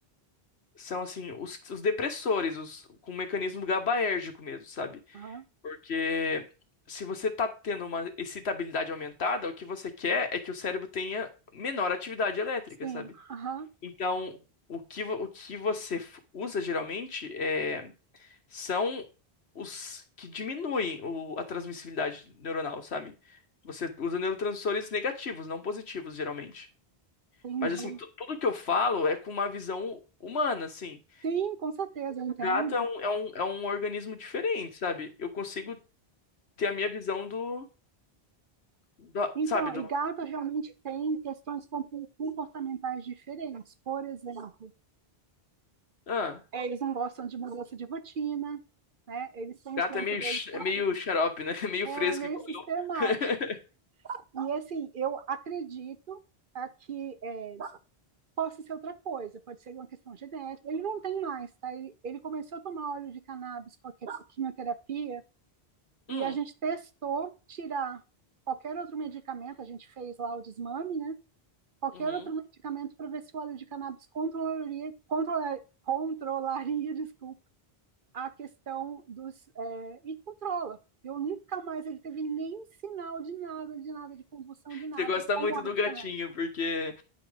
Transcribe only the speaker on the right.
Aham,
sim,
aham,
entendi.
Sim, com certeza, eu entendo.
Então,
e gato realmente tem questões compo- comportamentais diferentes. Por exemplo,
é, eles não gostam de mudança de rotina, né? Eles têm
o tempo
deles
para
é
meio
sistemático.
E assim, eu acredito tá, que é, possa ser outra coisa, pode ser uma questão genética. Ele não tem mais, tá? Ele, ele começou a tomar óleo de cannabis com a que- quimioterapia
e a gente testou tirar qualquer outro medicamento, a gente fez lá o desmame, né? Qualquer
outro medicamento para ver se o óleo de cannabis controlaria, controla- controlaria, <laughs> desculpa, a questão dos. é, e controla. Eu nunca mais ele teve nem sinal de nada, de nada, de convulsão, de nada,
com
o óleo
de
cannabis.